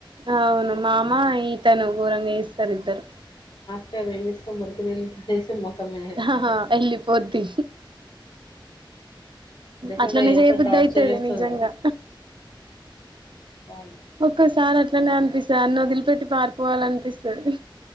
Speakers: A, on the right (about 70°); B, on the left (about 65°).
A: అవును మామ ఈతను గోరంగా చేస్తారు ఇద్దరు
B: <unintelligible> ఎత్తది
A: ఆహాహ ఎల్లి పోద్ది
B: లేకుంటే
A: అట్లనే
B: ఎంత
A: చేయబద్దు
B: టార్చర్
A: అయితది
B: చేస్తదో
A: నిజంగా
B: అవును
A: ఒక్కోసారి అట్లనే అనిపిస్తది అన్న వదిలిపెట్టి పారిపోవాల అనిపిస్తది